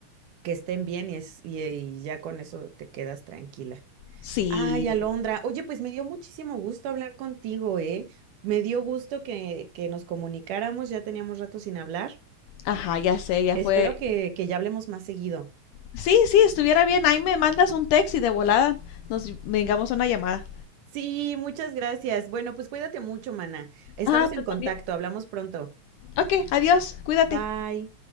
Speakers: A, on the right; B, on the left.
A: que estén bien y, es, y, y ya con eso te quedas tranquila.
B: sí.
A: Ay, Alondra, oye, pues me dio muchísimo gusto hablar contigo, ¿eh? Me dio gusto que, que nos comunicáramos, ya teníamos rato sin hablar.
B: Ajá, ya sé, ya
A: Espero
B: fue.
A: que, que ya hablemos más seguido.
B: Sí, sí, estuviera bien. Ahí me mandas un text y de volada nos vengamos a una llamada.
A: Sí, muchas gracias. Bueno, pues cuídate mucho, mana. Estamos
B: Ah,
A: en
B: tú
A: contacto,
B: también.
A: hablamos pronto.
B: Ok, adiós, cuídate.
A: Bye.